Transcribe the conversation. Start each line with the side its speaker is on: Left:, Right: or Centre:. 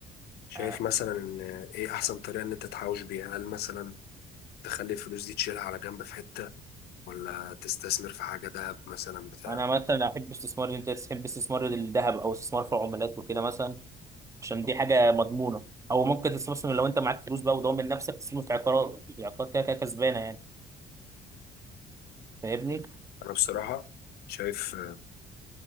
Left: شايف
Right: آه،
Left: مثلا ان ايه احسن طريقة ان انت تحوش بيها هل مثلا تخلي الفلوس دي تشيلها على جنب في حتة ولا تستثمر في حاجة دهب مثلا بتاع
Right: أنا مثلا أحب استثمار أنت تحب استثمار الذهب أو استثمار في العملات وكده مثلا عشان دي حاجة مضمونة أو ممكن تستثمر لو أنت معاك فلوس بقى وضامن نفسك تستثمر في عقارات في عقارات كده كده كسبانة يعني فاهمني؟
Left: انا بصراحة شايف